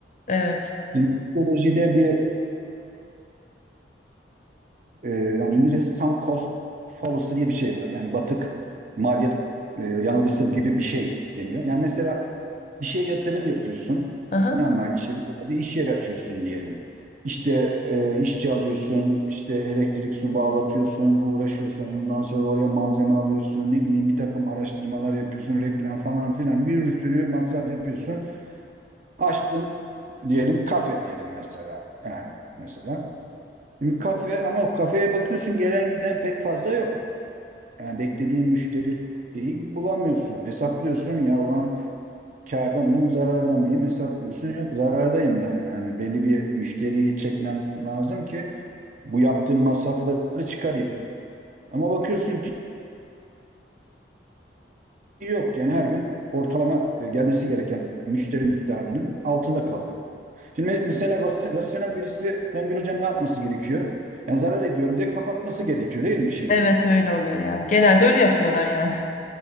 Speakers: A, on the left; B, on the right.
A: Evet.
B: Şimdi psikolojide bir e, yani İngilizcesi sunk cost fallacy diye bir şey var. Yani batık maliyet e, yanılgısı gibi bir şey deniyor. Yani mesela bir şeye yatırım yapıyorsun
A: Aha.
B: ama işte bir yerde iş yeri açıyorsun diyelim. İşte e, işçi alıyorsun, işte elektrik su bağlatıyorsun, uğraşıyorsun. Ondan sonra oraya malzeme alıyorsun. Ne bileyim bir takım araştırmalar yapıyorsun, reklam falan filan bir sürü masraf yapıyorsun. Açtın diyelim kafe diyelim mesela. Yani mesela. Şimdi kafe ama o kafeye bakıyorsun gelen giden pek fazla yok. Yani beklediğin müşteri şeyi bulamıyorsun. Hesaplıyorsun ya ulan kârda mıyım zararda mıyım hesaplıyorsun yok zarardayım yani. Hani belli bir müşteriyi çekmem lazım ki bu yaptığım masrafları çıkarayım. Ama bakıyorsun ki yok yani her gün ortalama e, gelmesi gereken müşteri miktarının altında kalıyor. Şimdi mesela rasy- rasyonel birisi Songül hocam ne yapması gerekiyor? Yani zarar ediyorum diye kapatması gerekiyor değil mi şeyi?
A: Evet öyle oluyor yani. Genelde öyle yapıyorlar yani.